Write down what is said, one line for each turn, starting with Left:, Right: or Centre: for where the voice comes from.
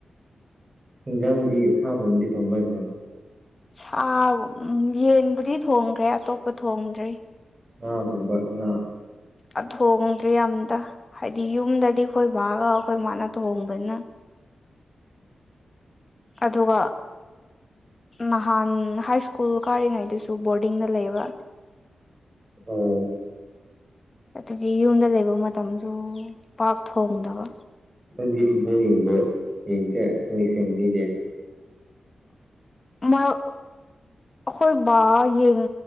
Right: ꯍꯦꯟꯖꯥꯡꯗꯤ ꯁꯥ ꯒꯨꯝꯕꯗꯤ ꯊꯣꯡꯕ ꯍꯩꯕ꯭ꯔꯣ
Left: ꯁꯥꯕꯨ ꯎꯝ ꯌꯦꯟꯕꯨꯗꯤ ꯊꯣꯡꯈ꯭ꯔꯦ ꯑꯇꯣꯞꯄ ꯊꯣꯡꯗ꯭ꯔꯤ
Right: ꯉꯥꯒꯨꯕ ꯉꯥ
Left: ꯑ ꯊꯣꯡꯗ꯭ꯔꯤ ꯑꯝꯇ ꯍꯥꯏꯗꯤ ꯌꯨꯝꯗꯗꯤ ꯑꯩꯈꯣꯏ ꯕꯥꯒ ꯑꯩꯈꯣꯏ ꯃꯥꯅ ꯊꫭꯡꯕꯅ ꯑꯗꯨꯒ ꯅꯍꯥꯟ ꯍꯥꯏ ꯁ꯭ꯀꯨꯜ ꯀꯥꯔꯤꯉꯩꯗꯨꯁꯨ ꯕꯣꯔꯗꯤꯡꯗ ꯂꯩꯕ꯫
Right: ꯑꯣ
Left: ꯑꯗꯨꯒꯤ ꯌꯨꯝꯗ ꯂꯩꯕ ꯃꯇꯝꯁꯨ ꯄꯥꯛ ꯊꯣꯡꯗꯕ
Right: ꯅꯪꯗꯤ ꯐꯨꯠꯕꯣꯜ ꯌꯦꯡꯕꯣ ꯌꯦꯡꯗ‌ꯦ ꯅꯣꯏ ꯐꯦꯃꯤꯂꯤꯗꯤ
Left: ꯃꯔꯛ ꯑꯩꯈꯣꯏ ꯕꯥ ꯌꯦꯡ